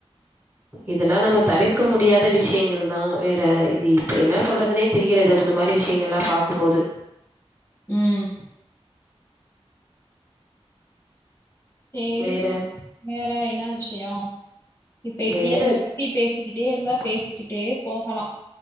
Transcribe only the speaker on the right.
இதலா நம்ம தவிர்க்க முடியாத விஷ்யங்கள் தா வேற இது இப்ப என்னா சொல்றதுனே தெரிகிறது அப இந்த மாரி விஷ்யங்கள்லா பாக்குபோது
வேற
வேற